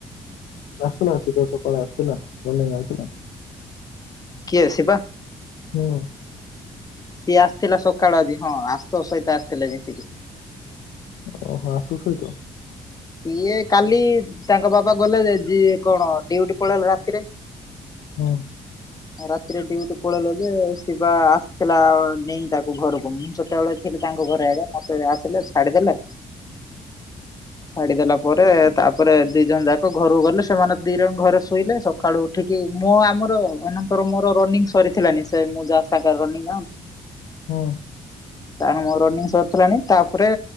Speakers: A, on the left; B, on the left.
A: ଆସୁଥିଲା ଆସିଥିଲା ସକାଳେ ଆସୁଥିଲା ମର୍ଣିଂ ଆଇଥିଲା।
B: କିଏ ଅସିବା।
A: ହୁଁ।
B: ସିଏ ଆସିଥିଲା ସକାଳୁ ଆଜି ହଁ ଆଜି ତୋ ସହିତ ଆସିଥିଲେ ଜିକି?
A: ଓୋ ହୋ ଆସୁ ସହିତ।
B: ସିଏ କାଲି ତାଙ୍କ ବାବା ଗଲେ ଯିଏ କଣ ଡଉଟି ପଳେଇଲେ ରାତିରେ।
A: ହଁ।
B: ରାତିରେ ଡଉଟି ପଳେଇଲ ଯେ ଶିବା ଆସିଥିଲା ନେଇ ତାକୁ ଘରକୁ ମୁଁ ସେତେବେଳେ ଥିଲି ତାଙ୍କ ଘରେ ଆଗ ମତେ ଆସିଲେ ଛାଡିଦେଲେ ଛାଡିଦେଲା ପରେ ତା ତା ପରେରେ ଦି ଜଣ ଯାକ ଘରକୁ ଗଲେ ସେମାନେ ଦି ଜଣ ଘରେ ଶୋଇଲେ ସକାଳୁ ଉଠିକି ମୋ ଆମର ଏର ମୋର ରନିଙ୍ଗ ସରିଥିଲାାନି ସେଁ ଯାହା ସା ଆଉନି
A: ହଁ।
B: ତା ମୋର ରନିଂ ସରିଥିଲାଣି ତାପରେ